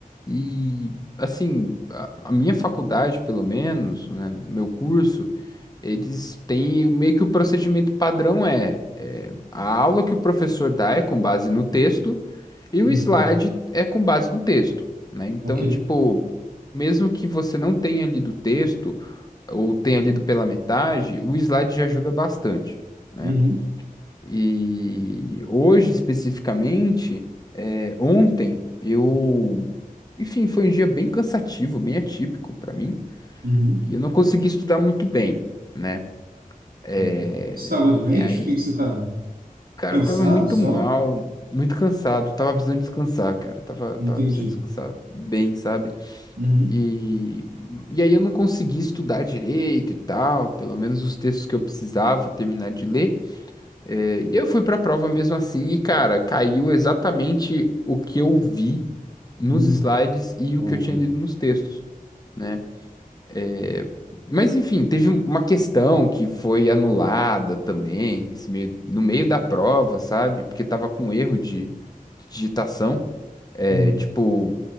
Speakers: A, on the left (about 25°); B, on the right (about 85°).
A: e, assim, a, a minha faculdade, pelo menos, né? o Meu curso, eles têm meio que o procedimento padrão é, é... A aula que o professor dá é com base no texto e o
B: Uhum.
A: slide é com base no texto, né? Então,
B: Ok.
A: tipo, mesmo que você não tenha lido o texto ou tenha lido pela metade, o slide já ajuda bastante, né?
B: Uhum.
A: E hoje, especificamente, é, ontem eu, enfim, foi um dia bem cansativo, bem atípico para mim,
B: Uhum.
A: e eu não consegui estudar muito bem, né? É,
B: Uhum. Estava
A: e
B: doente?
A: aí
B: O que que você estava?
A: Cara,
B: Cansado
A: eu tava muito
B: só?
A: mal, muito cansado, tava precisando descansar, cara. Tava,
B: Entendi.
A: tava precisando descansar bem, sabe?
B: Uhum.
A: E, e aí eu não consegui estudar direito e tal, pelo menos os textos que eu precisava terminar de ler. É, e eu fui pra prova mesmo assim, e, cara, caiu exatamente o que eu vi nos
B: Uhum.
A: slides e o
B: Boa.
A: que eu tinha lido nos textos. né? É, mas enfim, teve uma questão que foi anulada também, nesse meio, no meio da prova, sabe? Porque tava com erro de, de digitação. É,
B: Uhum.
A: tipo,